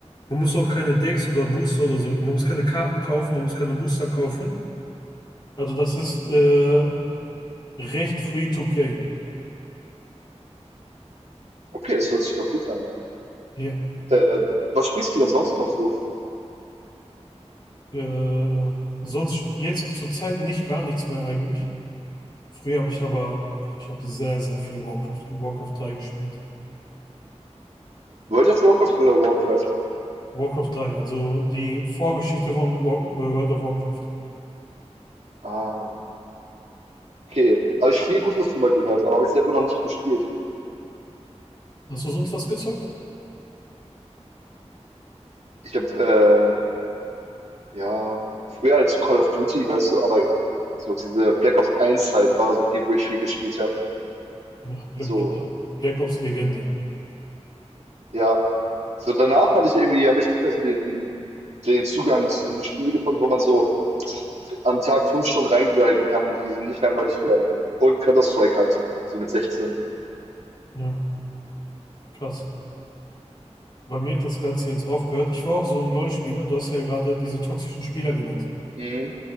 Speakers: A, on the left; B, on the right.
A: Man muss auch keine Decks oder Booster oder so, man muss keine Karten kaufen, man muss keine Booster kaufen. Also das ist äh, recht free to play.
B: Okay, das hört sich doch gut an.
A: Ja.
B: Äh, was spielst du denn sonst noch so?
A: Äh, sonst jetzt zurzeit nicht gar nichts mehr eigentlich. Früher habe ich aber, ich habe sehr, sehr viel Warcraft, Warcraft 3 gespielt.
B: World of Warcraft oder Warcraft?
A: Warcraft 3, also die Vorgeschichte von War, äh, World of Warcraft.
B: Ah. Okay, habe ich viel Gutes drüber gehört, aber habe ich selber noch nicht gespielt.
A: Hast du sonst was gezockt?
B: Ich habe, äh, ja, früher halt so Call of Duty, weißt du, aber so diese Black Ops eins Zeit war so die, wo ich viel gespielt habe.
A: Ja, Bla-
B: So,
A: Bla- Black Ops Legende.
B: ja. So danach hatte ich irgendwie, habe ich nicht mehr so den, den Zugang zu so einem Spiel gefunden, wo man so am Tag fünf Stunden reingrinden kann, die so nicht langweilig werden. Und Counter-Strike halt, so mit 16.
A: Ja, krass. Bei mir hat das Ganze jetzt aufgehört. Ich war auch so ein LoL-Spieler. Du hast ja gerade diese toxischen Spieler genannt.
B: Mhm,